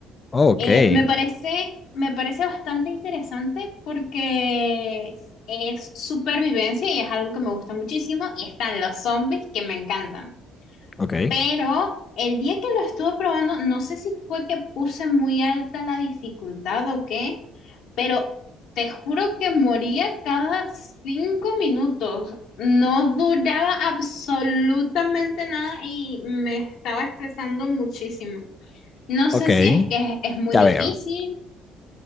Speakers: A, on the left; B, on the left.
A: Oh, Ok,
B: Eh, me parece, me parece bastante interesante porque es supervivencia y es algo que me gusta muchísimo. Y están los zombies que me encantan.
A: ok,
B: Pero el día que lo estuve probando, no sé si fue que puse muy alta la dificultad o qué, pero te juro que moría cada cinco minutos. No duraba absolutamente nada y me estaba estresando muchísimo. No
A: ok.
B: sé si es que es, es muy
A: Ya
B: difícil.
A: veo.